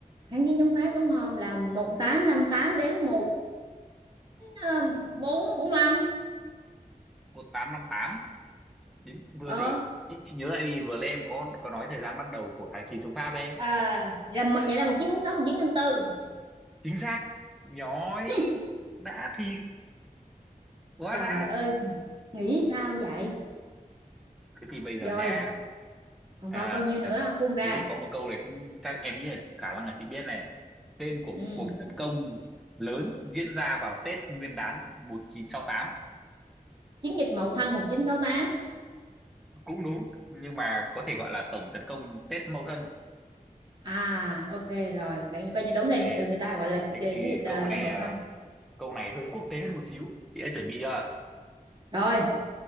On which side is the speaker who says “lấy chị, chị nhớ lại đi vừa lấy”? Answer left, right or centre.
Centre